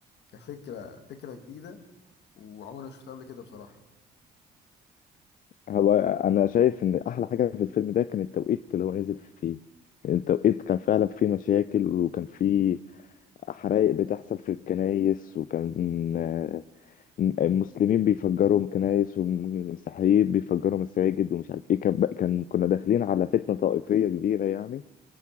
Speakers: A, on the left; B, on the left.
A: كفكره فكره جديده وعمري ما شفتها قبل كده بصراحه
B: هو انا شايف ان احلى حاجه في الفيلم ده كان التوقيت اللي هو نزل فيه يعني التوقيت كان فعلا فيه مشاكل وكان فيه حرائق بتحصل في الكنايس وكان آه، المسلمين بيفجروا كنايس والمسيحيين بيفجروا مساجد ومش عارف ايه كان بقى- كان كنا داخلين على فتنه طائفيه كبيره يعني